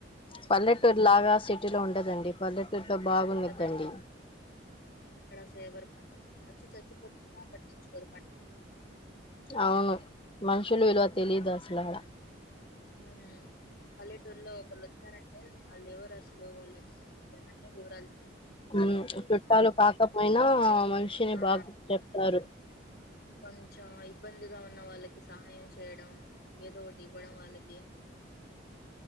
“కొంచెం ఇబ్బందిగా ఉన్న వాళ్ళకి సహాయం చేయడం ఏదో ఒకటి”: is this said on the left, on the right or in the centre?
Left